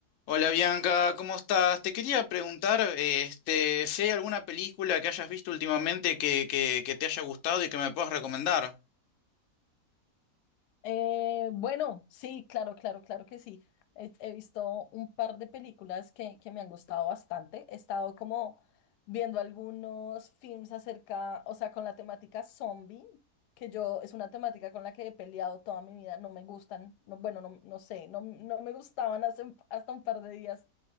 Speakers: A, on the left (about 60°); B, on the left (about 85°).
A: Hola Bianca, ¿cómo estás? Te quería preguntar, eh, este, si hay alguna película que hayas visto últimamente que, que, que te haya gustado y que me puedas recomendar.
B: Eh, bueno, sí, claro, claro, claro que sí. He, he visto un par de películas que, que me han gustado bastante. He estado como viendo algunos films acerca, o sea, con la temática zombie, que yo es una temática con la que he peleado toda mi vida. No me gustan, no, bueno, no, no sé, no, no me gustaban hace un- hasta un par de días